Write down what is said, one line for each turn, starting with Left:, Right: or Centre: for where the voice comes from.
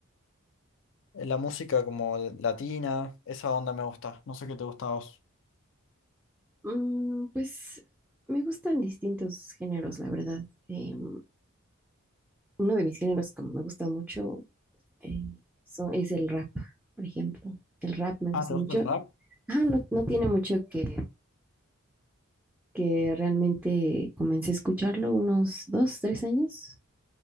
Left: la música como latina, esa onda me gusta. No sé qué te gusta a vos.
Centre: Mm, pues me gustan distintos géneros, la verdad. Em, uno de mis géneros que me gusta mucho eh, son- es el rap, por ejemplo. El rap me
Left: Ah,
Centre: gusta
Left: ¿te
Centre: mucho.
Left: gusta el rap?
Centre: Ah, no, no tiene mucho que, que realmente comencé a escucharlo, unos dos, tres años.